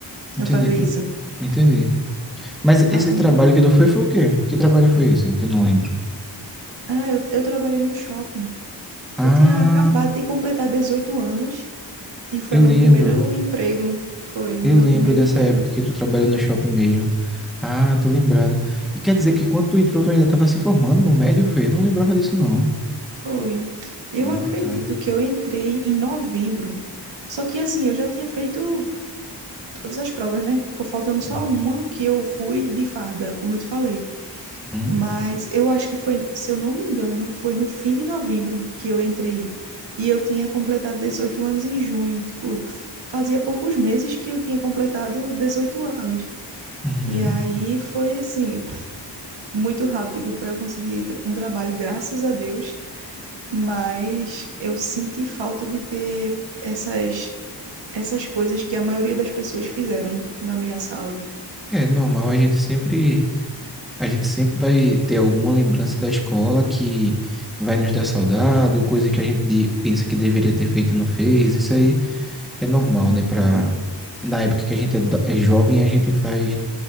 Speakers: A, in the centre; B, on the right (about 80°).
A: Entendi.
B: eu fazer isso.
A: Hum, Entendi. Mas esse
B: Aí,
A: trabalho que tu foi foi o quê? Que trabalho foi esse? Que eu não lembro.
B: ah, eu, eu trabalhei no shopping.
A: Ah,
B: Eu tinha acabado de completar 18 anos e foi
A: eu
B: meu
A: lembro.
B: primeiro emprego. Foi meu
A: Eu lembro
B: primeiro
A: dessa
B: emprego.
A: época que tu trabalhou no shopping mesmo. Ah, tô lembrado. E quer dizer que quando tu entrou, tu ainda tava se formando no médio, foi? Eu não lembrava disso, não.
B: Foi. Eu
A: Ah,
B: acredito
A: tá.
B: que eu entrei em novembro. Só que assim, eu já tinha feito todas as provas, né? Ficou faltando só
A: Uhum.
B: uma que eu fui de farda, como eu te falei.
A: Uhum.
B: Mas eu acho que foi, se eu não me engano, foi no fim de novembro que eu entrei. E eu tinha completado 18 anos em junho. Tipo, f- fazia poucos meses que eu tinha completado 18 anos.
A: Uhum.
B: E aí foi assim, muito rápido para eu conseguir tra- um trabalho, graças a Deus, mas eu senti falta de ter essas essas coisas que a maioria das pessoas fizeram na minha sala.
A: É normal, a gente sempre, a gente sempre vai ter alguma lembrança da escola que vai nos dar saudade, ou coisa que a gente de- pensa que deveria ter feito e não fez. Isso aí é normal,
B: É
A: né? Pra,
B: verdade.
A: na época que a gente é, do- é jovem, a gente faz,